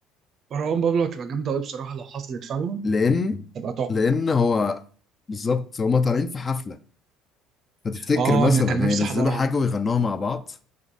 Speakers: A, on the right; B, on the left.
A: مروان بابلو هتبقى جامده قوي بصراحه لو حصلت فعلا
B: لان
A: تبقى تحفه
B: لان هو بالظبط هما طالعين في حفله فتفتكر
A: اه
B: مثلا
A: انا كان نفسي
B: هينزلوا
A: احضرها
B: حاجه ويغنوها مع بعض